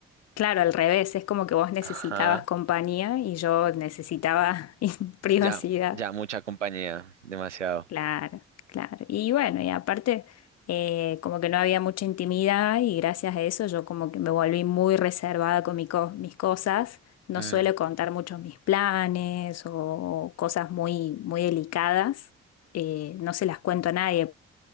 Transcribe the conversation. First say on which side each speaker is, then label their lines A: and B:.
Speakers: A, on the left (about 45°); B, on the right (about 80°).
A: Claro, al revés, es como que vos necesitabas
B: Ajá,
A: compañía y yo necesitaba <laughs> privacidad.
B: ya, ya mucha compañía, demasiado.
A: Claro, claro. Y bueno, y aparte, eh, como que no había mucha intimidad y gracias a eso yo como que me volví muy reservada con mi co- mis cosas. No
B: Mm,
A: suelo contar muchos mis planes o cosas muy, muy delicadas. Eh, no se las cuento a nadie